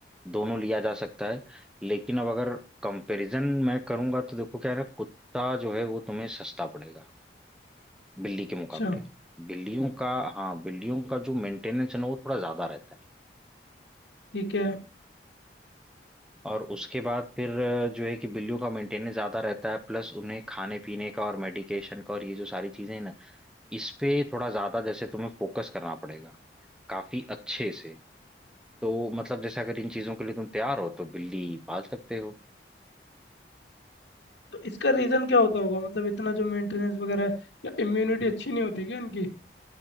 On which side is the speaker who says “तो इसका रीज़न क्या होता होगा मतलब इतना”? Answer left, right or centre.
Left